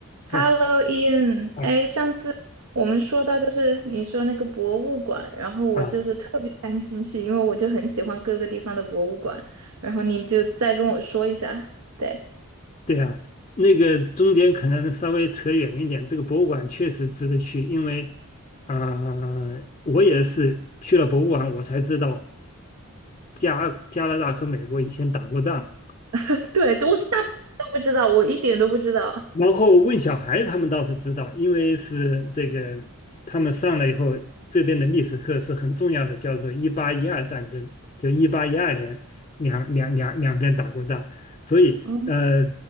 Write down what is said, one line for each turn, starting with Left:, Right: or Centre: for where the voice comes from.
Left: 嘿，
Right: Hello, Ian。
Left: 哎
Right: 哎，上次我们说到就是你说那个博物馆，然后我就是特别感兴趣，
Left: 啊，
Right: 因为我就很喜欢各个地方的博物馆。然后你就再跟我说一下。对，
Left: 对啊，那个中间可能稍微扯远一点，这个博物馆确实值得去，因为啊、我也是去了博物馆，我才知道加加拿大和美国以前打过仗。
Right: <laughs> 对，我大部分都不知道，我一点都不知道。
Left: 然后问小孩，他们倒是知道，因为是这个他们上来以后，这边的历史课是很重要的，叫做一八一二战争，就一八一二年两两两两边打过仗，所以呃，
Right: 嗯，